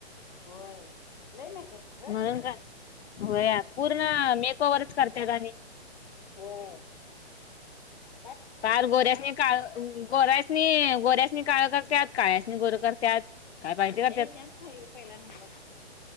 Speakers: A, on the left; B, on the left.
A: होय. लय मेकअप ग
B: म्हणून का होय पूर्ण मेक ओवरच करत्यात आणि
A: हो <inaudible>
B: फार गोऱ्यासनी काळ गोऱ्या <inaudible> ते गोऱ्यासनी काळ करत्यात काळ्यासनी गोर करत्यात. काय पायती का
A: हे
B: त्यात
A: पहिला नंबर